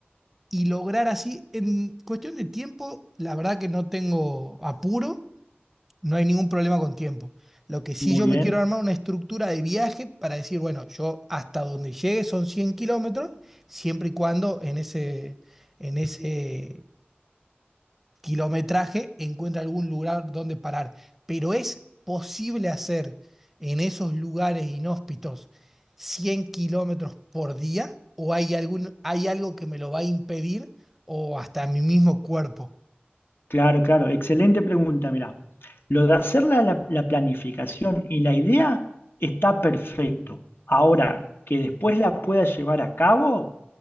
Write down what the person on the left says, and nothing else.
muy
bien.
Claro, claro, excelente pregunta, mirá. Lo de hacer la, la- la planificación y la idea está perfecto. Ahora, que después la pueda llevar a cabo